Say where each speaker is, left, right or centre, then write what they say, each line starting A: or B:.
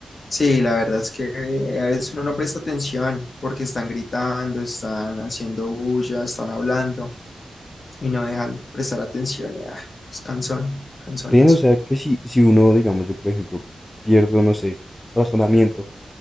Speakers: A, on the left; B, on the left.
A: Sí, la verdad es que eh, a veces uno no presta atención porque están gritando, están haciendo bulla, están hablando y no dejan prestar atención. Ya, es cansón, cansón
B: Ven,
A: eso.
B: o sea, que si, si uno, digamos, yo por ejemplo, pierdo, no sé, razonamiento